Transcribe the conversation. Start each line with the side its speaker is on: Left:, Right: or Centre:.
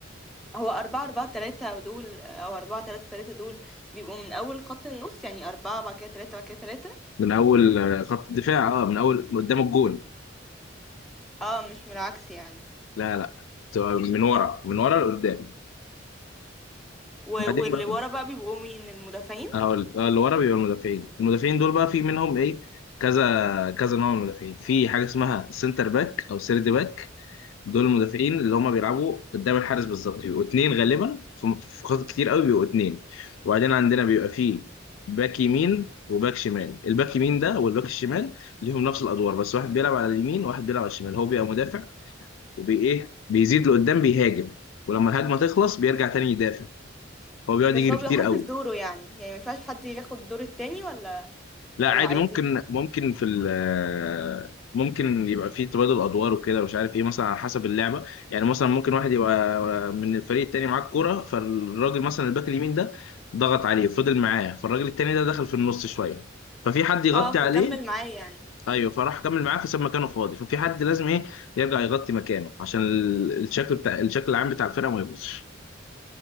Centre: هو أربعة أربعة تلاتة دول أو أربعة تلاتة تلاتة دول بيبقوا من أول خط النص يعني أربعة بعد كده تلاتة بعد كده تلاتة
Left: من اول آه، خط الدفاع اه من اول قدام الجون
Centre: اه مش من العكس يعني
Left: لا لا بتبقى من ورا من ورا لقدام
Centre: و-
Left: وبعدين
Centre: واللي
Left: بقى
Centre: ورا بقى بيبقوا مين المدافعين
Left: هقول آه، اللي ورا بيبقى المدافعين المدافعين دول بقى في منهم ايه كذا كذا نوع من المدافعين في حاجه اسمها سنتر باك او سيرد باك دول المدافعين اللي هم بيلعبوا قدام الحارس بالظبط بيبقوا اتنين غالبا في في خطط كتير قوي بيبقوا اتنين وبعدين عندنا بيبقى فيه باك يمين وباك شمال الباك يمين ده والباك الشمال ليهم نفس الادوار بس واحد بيلعب على اليمين وواحد بيلعب على الشمال هو بيبقى مدافع وبي ايه بيزيد لقدام بيهاجم ولما الهجمه تخلص بيرجع تاني يدافع هو بيقعد
Centre: بس
Left: يجري
Centre: هو
Left: كتير
Centre: بيحافظ
Left: قوي
Centre: دوره يعني يعني ما ينفعش حد ياخد دور التاني ولا
Left: لا
Centre: ولا
Left: عادي
Centre: عادي
Left: ممكن ممكن في ال ممكن يبقى في تبادل ادوار وكده مش عارف ايه مثلا على حسب اللعبه يعني مثلا ممكن واحد يبقى من الفريق التاني معاه الكوره فالراجل مثلا الباك اليمين ده ضغط عليه وفضل معاه فالراجل التاني ده دخل في النص شويه ففي حد يغطي
Centre: اه فكمل
Left: عليه
Centre: معايا يعني
Left: ايوه فراح كمل معاه فساب مكانه فاضي ففي حد لازم ايه يرجع يغطي مكانه عشان ال- الشكل بتاع الشكل العام بتاع الفرقه ما يبوظش